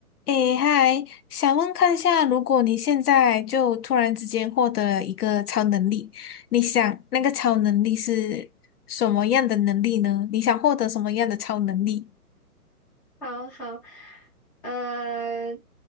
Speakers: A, on the left; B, in the centre.
A: 诶，嗨，想问看一下，如果你现在就突然之间获得一个超能力，你想那个超能力是什么样的能力呢？你想获得什么样的超能力？
B: 好好，呃，